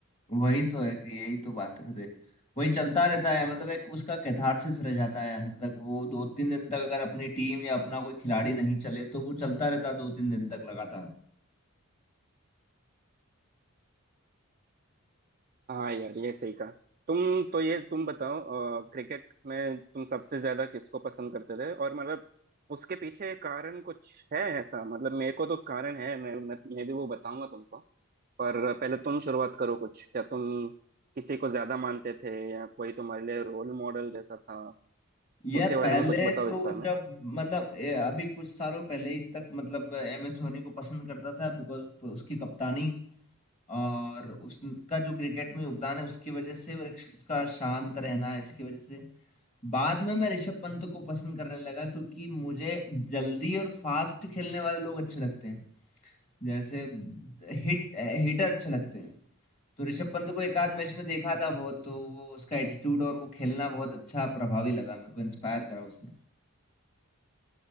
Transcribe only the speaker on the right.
हाँ यार ये सही कहा तुम तो ये तुम बताओ अ, क्रिकेट में तुम सबसे ज्यादा किसको पसंद करते थे और मतलब उसके पीछे कारण कुछ है ऐसा मतलब मेरे को तो कारण है मैं मैं, मैं भी वो बताऊंगा तुमको पर पहले तुम शुरुआत करो कुछ क्या तुम किसी को ज्यादा मानते थे या कोई तुम्हारे लिए रोल मॉडल जैसा था
उसके बारे
में कुछ बताओ
विस्तार में